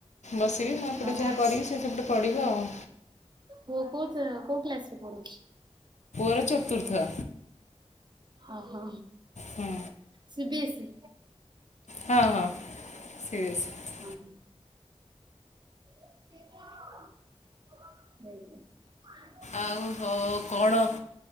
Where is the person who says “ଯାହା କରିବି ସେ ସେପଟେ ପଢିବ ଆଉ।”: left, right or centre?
Left